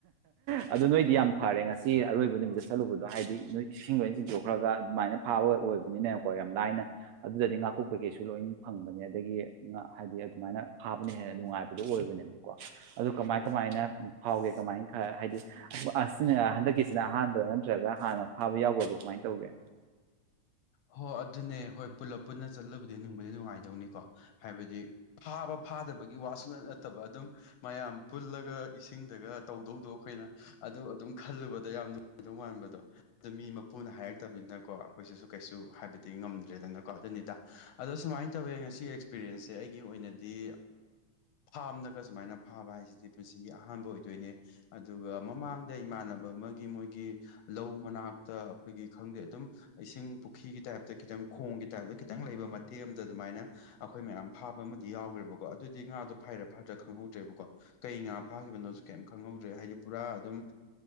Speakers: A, on the right (about 80°); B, on the left (about 70°).
A: ꯑꯗꯨꯗ ꯅꯣꯏꯗꯤ ꯌꯥꯝ ꯐꯔꯦ ꯉꯁꯤ ꯑꯔꯣꯏꯕ ꯅꯨꯃꯤꯠꯇ ꯆꯠꯂꯨꯕꯗꯣ ꯍꯥꯏꯗꯤ ꯅꯣꯏ ꯏꯁꯤꯡ ꯂꯣꯏꯅ ꯆꯤꯡꯊꯣꯛꯈ꯭ꯔꯒ ꯑꯗꯨꯃꯥꯏꯅ ꯐꯥꯕ ꯑꯣꯏꯕꯅꯤꯅꯦꯕꯀꯣ ꯌꯥꯝ ꯂꯥꯏꯅ ꯑꯗꯨꯗꯗꯤ ꯉꯥꯀꯣꯛꯄꯒꯤ ꯁ ꯂꯣꯏ ꯐꯪꯕꯅꯦ ꯑꯗꯒꯤ ꯍꯥꯏꯗꯤ ꯑꯗꯨꯃꯥꯏꯅ ꯐꯥꯕꯅ ꯍꯦꯟꯅ ꯅꯨꯡꯉꯥꯏꯕꯗꯨꯣ ꯑꯣꯏꯕꯅꯦꯕꯀꯣ ꯑꯗꯨ ꯀꯃꯥꯏ ꯀꯃꯥꯏꯅ ꯐꯥꯎꯒꯦ ꯀꯃꯥꯏꯅ ꯈꯔ ꯍꯥꯏꯗꯤ ꯑꯁꯤꯅ ꯍꯟꯗꯛꯀꯤꯁꯤꯅ ꯑꯍꯥꯟꯕꯥ ꯅꯠꯇ꯭ꯔꯒ ꯒ ꯍꯥꯟꯅ ꯐꯥꯕ ꯌꯥꯎꯈ꯭ꯔꯕꯣ ꯀꯃꯥꯏꯅ ꯇꯧꯒꯦ
B: ꯍꯣ ꯑꯗꯨꯅꯦ ꯍꯣꯏ ꯄꯨꯂꯞ ꯄꯨꯟꯅ ꯆꯠꯂꯨꯕꯗꯤ ꯅꯨꯡꯕꯗꯤ ꯅꯨꯡꯉꯥꯏꯇ ꯀꯩꯗꯧꯅꯤꯀꯣ ꯍꯥꯏꯕꯗꯤ ꯐꯥꯕ ꯐꯥꯗꯕꯒꯤ ꯋꯥꯁꯨꯅ ꯅꯠꯇꯕ ꯑꯗꯨꯝ ꯃꯌꯥꯝ ꯄꯨꯜꯂꯒ ꯏꯁꯤꯡꯗꯒ ꯇꯧꯗꯧꯗꯣ ꯑꯩꯈꯅ ꯑꯗꯨ ꯑꯗꯨꯝ ꯈꯜꯂꯨꯕ ꯌꯥꯝ ꯑꯗꯨꯗꯧ ꯃꯥꯟꯕꯗꯣ ꯑꯗꯨ ꯃꯤ ꯃꯄꯨꯅ ꯍꯥꯏꯔꯛꯇꯕꯅꯤꯅꯀꯣ ꯑꯩꯈꯣꯏꯁꯤꯁꯨ ꯀꯩꯁꯨ ꯍꯥꯏꯕꯗꯤ ꯉꯝꯗ꯭ꯔꯦꯗꯅ ꯀꯣ ꯑꯗꯨꯅꯤꯗ ꯑꯗꯣ ꯁꯨꯃꯥꯏꯅ ꯇꯧꯋꯦ ꯉꯁꯤꯒꯤ ꯑꯦꯛꯁꯄꯤꯔꯤꯌꯦꯟꯁꯁꯦ ꯑꯩꯒꯤ ꯑꯣꯏꯅꯗꯤ ꯐꯥꯝꯅꯒ ꯁꯨꯃꯥꯏꯅ ꯐꯥꯕ ꯍꯥꯏꯁꯤꯗꯤ ꯄꯨꯟꯁꯤ ꯁꯤꯒꯤ ꯑꯍꯥꯟꯕ ꯑꯣꯏꯗꯣꯏꯅꯦ ꯑꯗꯨꯒ ꯃꯃꯥꯡꯗ ꯏꯃꯥꯟꯅꯕ ꯑꯃꯒꯤ ꯃꯣꯏꯒꯤ ꯂꯧ ꯃꯅꯥꯛꯇ ꯇ ꯑꯩꯈꯣꯏꯒꯤ ꯈꯪꯗꯦ ꯑꯗꯨꯝ ꯏꯁꯤꯡ ꯄꯨꯈ꯭ꯔꯤꯒꯤ ꯇꯥꯏꯞꯇ ꯈꯤꯇꯪ ꯈꯣꯡꯒꯤ ꯇꯥꯏꯞꯇ ꯈꯤꯇꯪ ꯂꯩꯕ ꯃꯇꯦꯛ ꯑꯃꯗ ꯑꯗꯨꯃꯥꯏꯅ ꯑꯩꯈꯣꯏ ꯃꯌꯥꯝ ꯐꯥꯕ ꯑꯃꯗꯤ ꯌꯥꯎꯈ꯭ꯔꯦ ꯣ ꯑꯗꯨꯗꯤ ꯉꯥꯣ ꯐꯔ ꯐꯥꯗ꯭ꯔ ꯈꯪꯍꯧꯗ꯭ꯔꯕꯀꯣ ꯀꯩ ꯉꯥ ꯐꯥꯈꯤꯕꯅꯣꯁꯨ ꯀꯩꯝ ꯈꯪꯍꯧꯗ꯭ꯔꯦ ꯍꯥꯏꯗꯤ ꯄꯨꯔꯥ ꯑꯗꯨꯝ